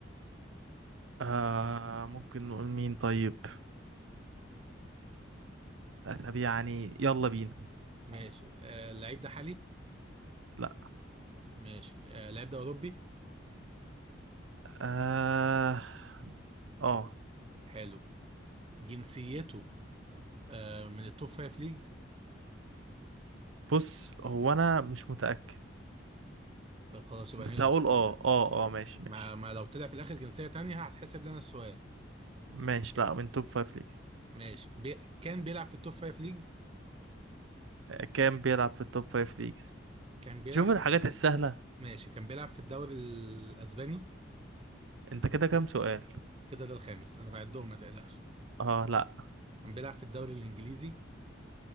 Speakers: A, on the right; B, on the right.
A: آه ممكن نقول مين طيب طب يعني يلا بينا
B: ماشي آه، اللعيب ده حالي
A: لا
B: ماشي آه، اللعيب ده اوروبي
A: اه اه
B: حلو جنسيته آه، من التوب فايف ليجز
A: بص هو أنا مش متأكد
B: طب خلاص يبقى
A: بس
B: نلغي
A: هقول
B: السؤال
A: اه
B: ده
A: اه اه ماشي
B: ما,
A: ماشي
B: ما لو طلع في الاخر جنسيه تانية هتحسب لنا السؤال
A: ماشي لا من توب فايف ليجز
B: ماشي بي... كان بيلعب في التوب فايف ليجز
A: آه، كام بيلعب في التوب فايف ليجز
B: كان بيلعب
A: شوف الحاجات
B: في
A: السهلة
B: ماشي كان بيلعب في الدوري الاسباني
A: انت كده كام سؤال
B: كده ده الخامس انا بعدهم ما تقلقش
A: اه لا
B: كان بيلعب في الدوري الانجليزي